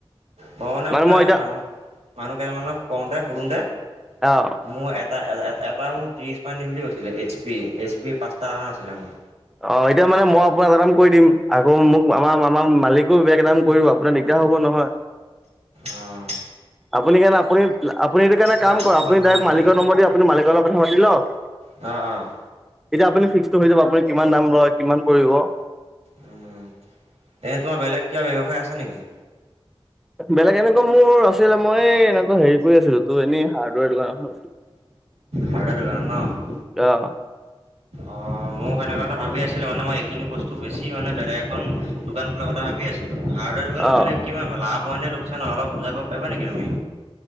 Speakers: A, on the right (about 90°); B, in the centre.
A: মই
B: মানে
A: আপোনাৰ
B: মই এতিয়া
A: মানুহ মানুহ কেইজনমানক কওঁতে সুধোঁতে
B: অহ।
A: মোৰ এটা, এ-এ-এটা মোক ত্ৰিছমান দিম বুলি কৈছিলে এইচ পি, এইচ পি পাঁচটা আছিলে মোৰ।
B: অহ, এতিয়া মানে মই আপোনাৰ এটা‌ দাম কৰি দিম, আকৌ মোক আমাৰ-আমাৰ মালিকো বেলেগ এটা দাম কৈ দিব। আপোনাৰ দিগদাৰ হ'ব নহয়।
A: অহ।
B: আপুনি সেইকাৰণে আপুনি-আপুনি এইটো কাৰণে কাম
A: দামটো
B: কৰা
A: কোৱা
B: আপুনি ডাইৰেক্ট
A: নাছিল
B: মালিকৰ নম্বৰ দি আপুনি মালিকৰ লগত কথা পাতি লওঁক।
A: অহ', অহ'।
B: এতিয়া আপুনি ফিক্সটো হৈ যাব, আপুনি কিমান দাম লৈ, কিমান পৰিব।
A: উম, এনেই তোমাৰ বেলেগ কিবা ব্যৱসায় আছে নেকি?
B: বেলেগ এনেকুৱা মোৰ আছিলে মই এনেকুৱা হেৰি কৰি আছিলোঁ তোৰ এনেই হাৰ্ডৱেৰ দোকান এখন আছিল।
A: হাৰ্ডাৰ দোকান ন'।
B: অহ।
A: অহ, মইয়ো সেনেকুৱা এটা ভাবি আছিলোঁ মানে মই এইখিনি বস্তু বেছি মানে বেলেগ এখন দোকান খোলাৰ কথা ভাবি আছিলোঁ। হাৰ্ডৱেৰ দোকান
B: অ
A: খুলিলে
B: অ
A: কিমান হ'ব, লাভ হয় নে লোকচান। অলপ বজাই ক'ব পাৰিবা নেকি তুমি?